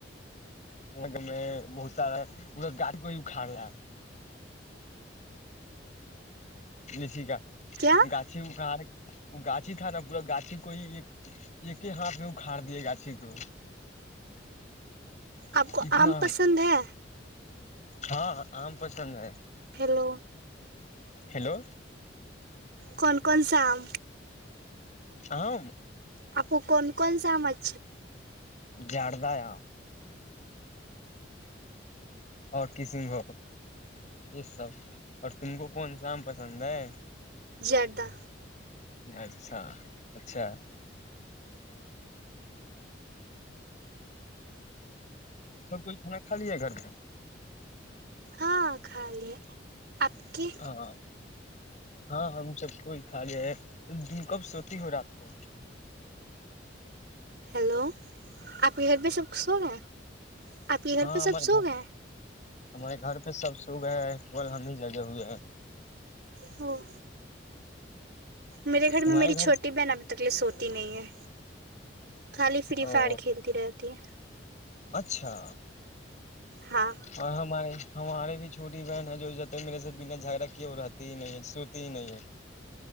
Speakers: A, on the left; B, on the right.
A: نگر میں بہت سارا پورا گڑی گ اکھاڑ رہا لچ کا
B: کیا
A: گاھی گاچھی تھا نا پورا گاچھی کو ہی ایک ایک ہی ہاتھ میں اکھاڑ دییا گاچھی کو
B: آپ کو
A: اتنا
B: آم پسند ہے
A: ہاں آم پسند ہے
B: ہیلو
A: ہیلو
B: کون کون سام
A: ہؤ
B: آپ کو کون کون سمجھ
A: جڑد ہے اور کسینھگ یہ سب اور تم کو کون شام پسند ہے
B: جردہ
A: اچھا اچھا سب کوھ کھانا کھا ہے گھر میں
B: ہاں خال لی ہے آپ کی
A: ہاں ہاں ہم سب کو ہی کھا لیا ہے تم کب سوتی ہو رات کو
B: ہیلو آپ کے گھر پہ سب کس ہو گئے آپ کے گھر
A: ہاں
B: پہ
A: ہمارے
B: سب سوگ
A: گھر
B: ہے
A: ہمارے گھر پہ سب سو گئے ہے کیول ہم ہی جگہ ہوئے ہیں
B: ہاں میرے گھر
A: تمہارے
B: میں میری
A: گھر
B: چھوٹی بہن ابھی تکلی سوتی نہیں ہے خالی فری
A: او
B: فائر کھیلتی رہتی ہے
A: اچھا
B: ہاں
A: اور ہم ہماری ہمارے بھی چھوٹی بہن ہے جو جتے میرے سے بنا جھگڑا کیے وہ رہتی ہی نہیں ہے سوتی ہی نہیں ہے